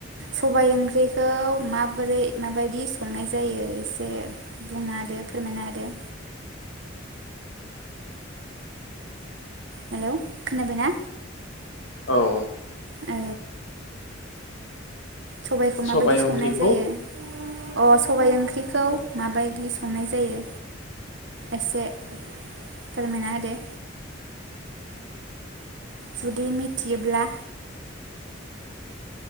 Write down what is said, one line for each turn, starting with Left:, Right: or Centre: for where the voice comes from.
Right: सबाय ओंख्रिखौ माबोरै माबायदि संनाय जायो एसे बुंनो हादो फोरमायनो हादों। हेल' खोनाबायना
Left: औ
Right: औ सबाइखौ माबायदि
Left: सबाय
Right: संनाय
Left: ओंख्रिखौ
Right: जायो? अ सबाय ओंख्रिखौ माबाय मादि संनाय जायो एसे फोरमायना होदो? जुदि मिथियोब्ला